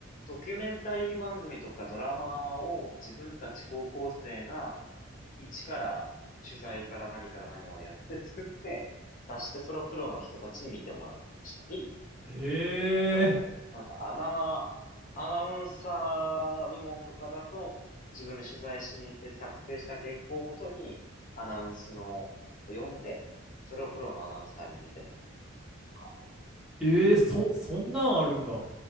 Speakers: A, on the left; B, in the centre.
A: ドキュメンタリー番組とかドラマを自分たち高校生が一から取材から何から何までやって作って出してそれをプロの人たちに見てもらうしたり、
B: へ
A: あと、
B: え。
A: なんかアナ、アナウンサー部門とかだと自分で取材しに行って作成した原稿をもとにアナウンスのを読んでそれをプロのアナウンサーに見てもらうみたいなとか。
B: えー、そ、そんなんあるんだ。